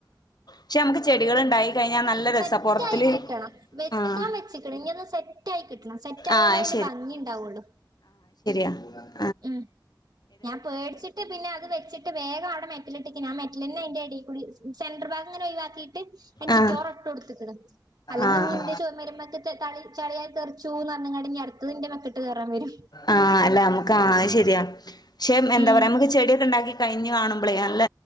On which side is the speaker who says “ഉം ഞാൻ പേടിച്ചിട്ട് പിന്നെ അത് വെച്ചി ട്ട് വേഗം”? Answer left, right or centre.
Right